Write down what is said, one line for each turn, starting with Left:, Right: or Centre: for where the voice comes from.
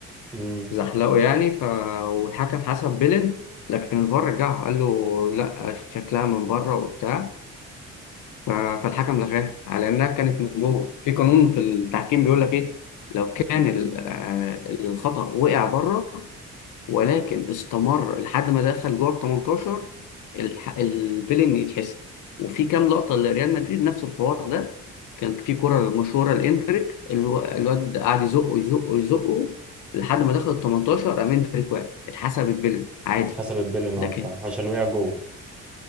Centre: امم
Left: زحلقه يعني ف والحكم حسب بيلين لكن الفار رجعه قال له لا شكلها من بره وبتاع ف- فالحكم لغاها على انها كانت من جوه في قانون في التحكيم بيقول لك ايه لو كان ال- آه، الخطأ وقع بره ولكن استمر لحد ما دخل جوه ال 18 الح- البيلين يتحسب وفي كام لقطه لريال مدريد نفس الحوار ده كان في كره مشهوره لاندريك الو- الواد قعد يزقه يزقه يزقه لحد ما دخل ال 18 قام اندريك وقع اتحسب البيلين عادي
Centre: اتحسبت بيلين
Left: لكن
Centre: اه بتاع عشان وقع جوه